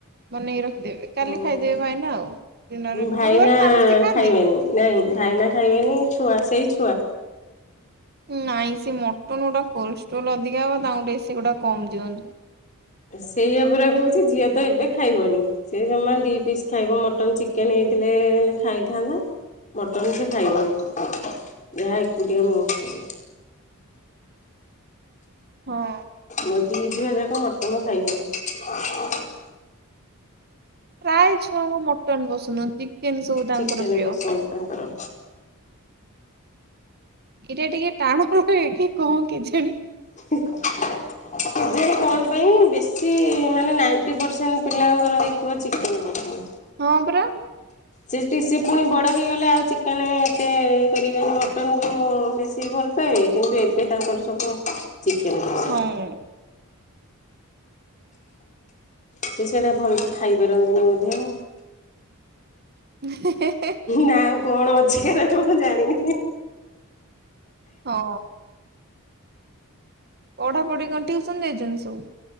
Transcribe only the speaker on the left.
ହଁ।
ଭାଇନା
ଖାଇବେନି ନାଇଁ ଭାଇନା ଖାଇବେନି, ଛୁଆ ସେଇ ଛୁଆ।
ସେଇଆ ପରା କହୁଛି ଝିଅ ତ ଏବେ ଖାଇବନି। ସେ ଜମା ଦି ପିସ୍ ଖାଇବ, ମଟନ୍ ଚିକେନ୍ ହେଇଥିଲେ ହେଲେ ଖାଇଥାନ୍ତା। ମଟନ୍ ସେ ଖାଇବନି। ଯାହା ଏକୁଟିଆ ମୁଁ ଖାଏ।
ମୋ ଦି ଝିଅ ଯାକ ମଟନ୍ ଖାଇବେନି।
ଚିକେନ୍
ପସନ୍ଦ ତାଙ୍କର
<inaudible> ଯେ କଣ ପାଇଁ ବେଶୀ ମାନେ ନାଇଣ୍ଟି ପରସେଣ୍ଟ ପିଲାଙ୍କର ହେଇଥିବ ଚିକେନ୍ ପସନ୍ଦ।
ସେଟି ସେ ପୁଣି ବଡ଼ ହେଇଗଲେ ଆଉ ଚିକେନେ ଏତେ ଇଏ କରିବେନି। ମଟନ୍ କୁ ବେଶୀ ଭଲ ପାଇବେ। କିନ୍ତୁ ଏବେ ତାଙ୍କର ସବୁ ଚିକେନ୍ <inaudible>
ସେ ସେଇଟା ଭଲସେ ଖାଇପାରନ୍ତିନି ମଧ୍ୟ।
ନା ଆଉ କଣ ଅଛି ଏରାକ ମୁଁ ଜାଣିନି।